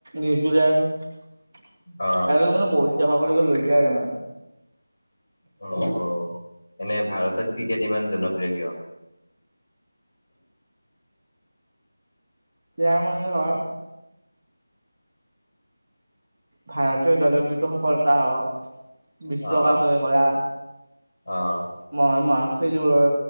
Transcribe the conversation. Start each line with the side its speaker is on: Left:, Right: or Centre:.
Right: নিউজিলেণ্ড <unintelligible>
Left: অ',
Right: বহুত দেশকলৈকে লৈ গেয়াই দেমে।
Left: অ এনে ভাৰতত ক্ৰিকেট ইমান জনপ্ৰিয় কিয়?
Right: তিয়া মানে ধৰ ভাৰতীয় দলৰ যিটো সফলতা হওক বিশ্বকাপ
Left: অ',
Right: জয় কৰা।
Left: অ',
Right: মহান মহান খেলুৱৈ